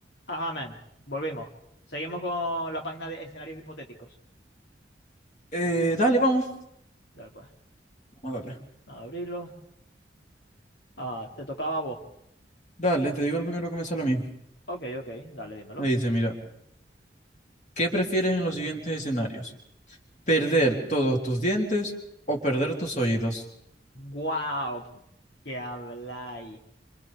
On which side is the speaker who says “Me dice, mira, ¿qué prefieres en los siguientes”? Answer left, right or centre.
Left